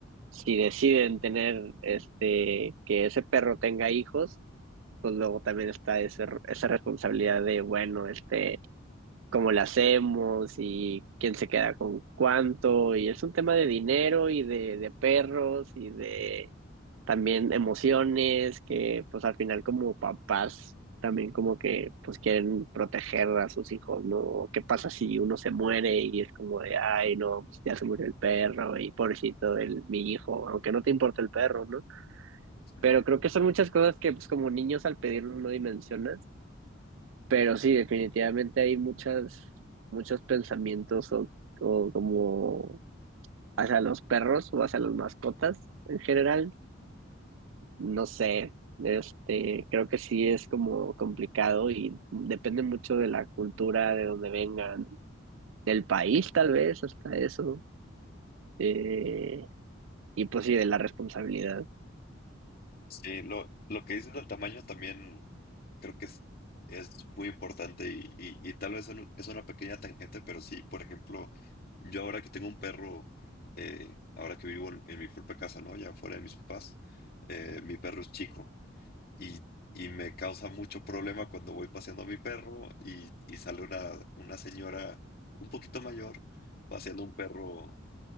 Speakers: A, on the right (about 75°); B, on the left (about 50°).
A: si deciden tener este que ese perro tenga hijos, pues luego también está ese- esa responsabilidad de, bueno, este cómo la hacemos y quién se queda con cuánto. Y es un tema de dinero y de, de perros y de también emociones que pues al final como papás también como que pues quieren proteger a sus hijos, ¿no? ¿Qué pasa si uno se muere y es como de, ay, no, pues, ya se murió el perro y pobrecito el, mi hijo, aunque no te importa el perro, ¿no?
B: Sí,
A: Pero creo que son muchas cosas que pues como niños al pedirlo no dimensionas pero sí, definitivamente hay muchas, muchos pensamientos o, o como hacia los perros o hacia las mascotas en general. No sé, este, creo que sí es como complicado y depende mucho de la cultura, de dónde vengan, del país tal vez, hasta eso. Eh, y pues sí, de la responsabilidad.
B: Sí, lo, lo que dices del tamaño también creo que es, es muy importante y, y- y tal vez un- es una pequeña tangente, pero sí, por ejemplo, yo ahora que tengo un perro, eh, ahora que vivo en, en mi propia casa, ¿no? Ya fuera de mis papás, eh, mi perro es chico y, y me causa mucho problema cuando voy paseando a mi perro y, y sale una, una señora un poquito mayor paseando un perro.